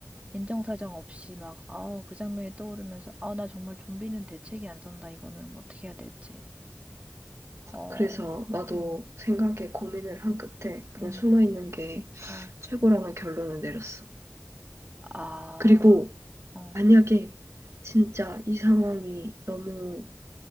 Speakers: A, on the right; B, on the right.
A: 인정사정 없이 막, 아우, 그 장면이 떠오르면서, 아, 나 정말 좀비는 대책이 안 선다, 이거는 어떻게 해야 될지. 어,
B: 그래서 나도
A: 음,
B: 생각에 고민을 한 끝에 그냥
A: 음,
B: 숨어있는 게
A: 어,
B: 최고라는 결론을 내렸어.
A: 아,
B: 그리고
A: 어,
B: 만약에 진짜 이 상황이 너무